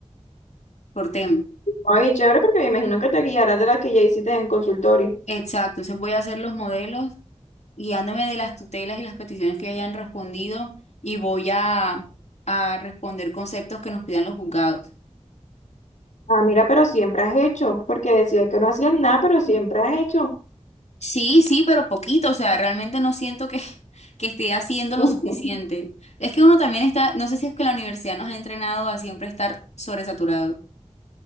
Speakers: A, on the left (about 65°); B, on the left (about 80°).
A: por tema.
B: Ay, chévere, porque me imagino que te guiarás de las que ya hiciste en consultorio.
A: Exacto, entonces voy a hacer los modelos guiándome de las tutelas y las peticiones que hayan respondido y voy a, a responder conceptos que nos pidan los juzgados.
B: Ah, mira, pero siempre has hecho, porque decías que no hacías nada, pero siempre has hecho.
A: Sí, sí, pero poquito, o sea, realmente no siento que, <laughs> que esté haciendo lo
B: <laughs>
A: suficiente. Es que uno también está, no sé si es que la universidad nos ha entrenado a siempre estar sobresaturado.